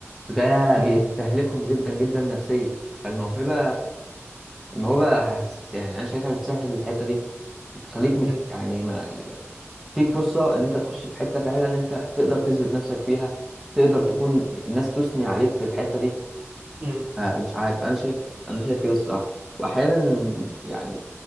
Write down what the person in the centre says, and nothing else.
وده
بيستهلكهم جدا جدا نفسيا فالموهبه الموهبه حس يعني انا شايفها بتسهل الحته دي بتخليك مش
يعني ما تديك فرصه ان انت تخش في حته فعلا انت تقدر تثبت نفسك فيها تقدر تكون الناس تثني عليك في الحته دي
آه، مش عارف انا شايف انا شايف كده الصراحه واحيانا يعني